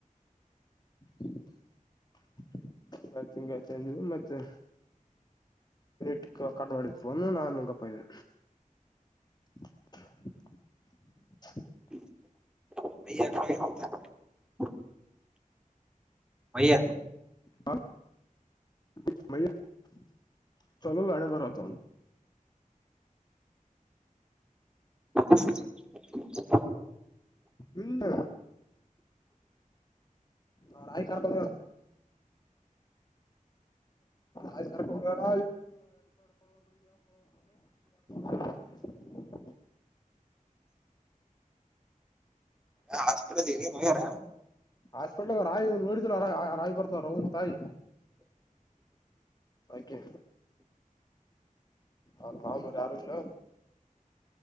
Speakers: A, on the left; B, in the centre.
A: <inaudible> ಮತ್ತೆ ಇಂಗೆತನು ಮತ್ತೆ ಟ್ ಕಟ್ ಮಾಡಿದ್ಫೋನ್ ನಾನು ಗಪ್ಪ ಇದೆ <unintelligible> <inaudible>
B: <unintelligible> ಮಯ್ಯ
A: ಹಾ <unintelligible> ನಾಳೆ ಬರೋತೋ
B: <inaudible>
A: ಹಿಂದ ಅವ್ರ ಆಯ ಕರ್ಕೊಂಡ ಆಯ್ ಕ ರ್ಕೊಂಡೋಗಾರ <unintelligible> <unintelligible>
B: ಹಾಸ್ಪಿಟಲ್ಗೆ ಇಗೆ ಹೋಗ್ಯಾರ
A: ಹಾಸ್ಪಿಟ್ಲ್ಗ ರಾಯಿ ನೋಡಿದ ರ ರಾಯಿ ಬರ್ತವ ಅವ್ರ್ ವನ್ ತಾಯಿ ಆಯಿಕೆ ಅವ್ರ <unintelligible> ಮಾವನರು ಯಾರು ಇಲ್ಲ